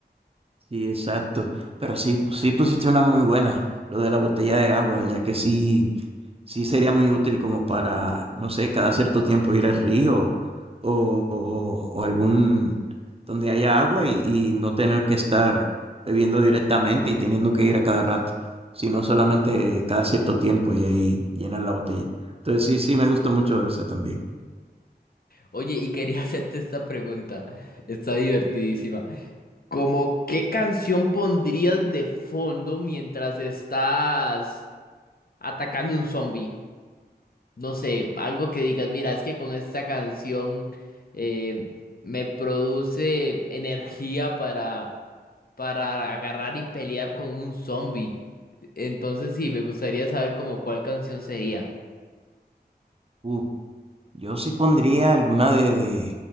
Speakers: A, on the right; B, on the left.
A: Sí, exacto. Pero sí, pu- sí pusiste una muy buena, lo de la botella de agua, ya que sí, sí sería muy útil como para, no sé, cada cierto tiempo ir al río o, o o algún donde haya agua y, y no tener que estar bebiendo directamente y teniendo que ir a cada rato, sino solamente cada cierto tiempo y ahí llenar la botella. Entonces sí, sí me gustó mucho esa también.
B: Oye, y quería <laughs> hacerte esta pregunta. Está divertidísima. ¿Cómo qué canción pondrías de fondo mientras estás atacando un zombie? no sé, algo que digas, mira, es que con esta canción eh, me produce energía para, para agarrar y pelear con un zombie. Entonces sí, me gustaría saber como cuál canción sería.
A: Uh, yo sí pondría alguna de, de